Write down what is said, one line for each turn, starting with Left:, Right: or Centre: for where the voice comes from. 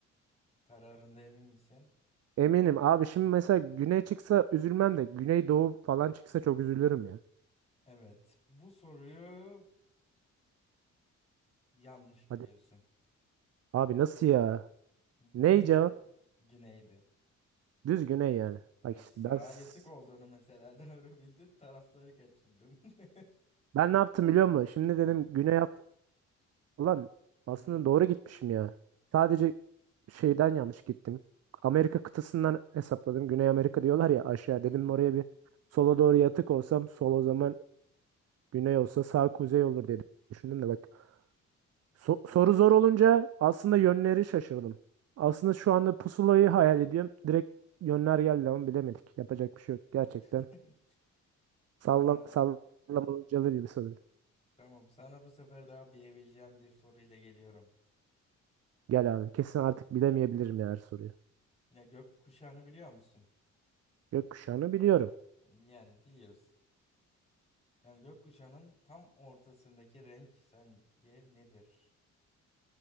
Left: Kararında emin misin?
Right: Eminim abi şimdi mesela güney çıksa üzülmem de güney doğu falan çıksa çok üzülürüm ya.
Left: Evet. Bu soruyu yanlış
Right: Hadi.
Left: biliyorsun.
Right: Abi nasıl ya?
Left: Bu
Right: Ney cevap?
Left: <laughs> güneydi.
Right: Düz güney yani.
Left: Evet,
Right: Bak işte
Left: sağa
Right: ben s-
Left: yatık olduğunu mesela <laughs> doğru bildin, tarafları kaçırdın. <laughs>
Right: ben ne yaptım biliyor musun? Şimdi dedim
Left: Evet.
Right: güney Ulan
Left: Hı
Right: aslında
Left: hı.
Right: doğru gitmişim ya. Sadece şeyden yanlış gittim. Amerika kıtasından hesapladım. Güney Amerika diyorlar ya aşağı.
Left: Hı
Right: Dedim
Left: hı.
Right: oraya bir sola doğru yatık olsam sol o zaman güney olsa sağ kuzey olur diye düşündüm de bak. So- soru zor olunca aslında yönleri şaşırdım. Aslında şu anda pusulayı hayal ediyorum. Direkt yönler geldi ama bilemedik. Yapacak bir şey yok gerçekten.
Left: <laughs>
Right: Salla
Left: Sana
Right: sallamacalı gibi soru.
Left: tamam sana bu sefer daha bilebileceğim bir soruyla geliyorum.
Right: Gel abi kesin artık bilemeyebilirim ya her soruyu.
Left: Ya gökkuşağını biliyor musun?
Right: Gökkuşağını biliyorum
Left: Yani biliyorsun. Yani gökkuşağının tam ortasındaki renk sence nedir?